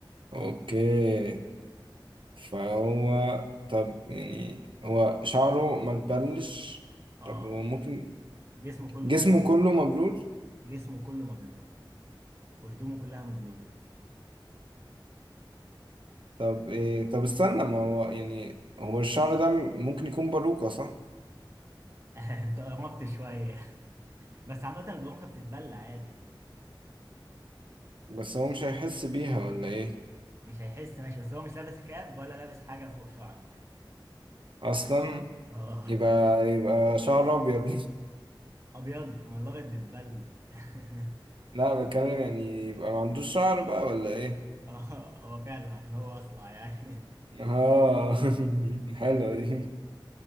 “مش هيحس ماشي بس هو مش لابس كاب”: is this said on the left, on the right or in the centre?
Right